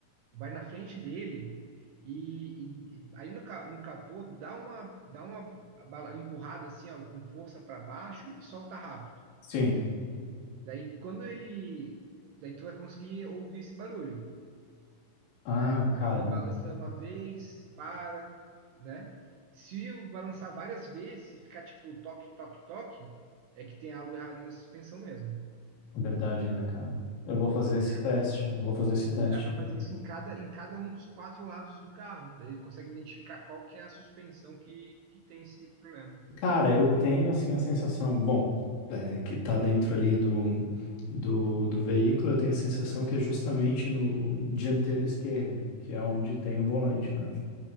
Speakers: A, on the right (about 75°); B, on the left (about 85°).
A: vai na frente dele e, e- e aí no, ca- no capô dá uma, dá uma bala- empurrada assim, ó, com força para baixo e solta rápido.
B: Sim.
A: Daí quando ele, daí tu vai conseguir ouvir esse barulho
B: Ah,
A: né? O
B: cara,
A: carro ele balança uma vez, para, né? Se eu balançar várias vezes e ficar tipo toque, toque, toque, é que tem algo errado na suspensão mesmo,
B: verdade, né, cara? Eu vou fazer
A: né?
B: esse teste.
A: É um-
B: Eu vou fazer esse teste.
A: E dá para
B: então.
A: fazer isso em cada, em cada um dos quatro lados do carro. Daí Ele consegue identificar qual que é a suspensão que, que tem esse problema.
B: Cara, eu tenho assim a sensação, bom, é, que tá dentro ali do, do, do veículo, eu tenho a sensação que é justamente no dianteiro esquerdo, que é onde tem o volante, né?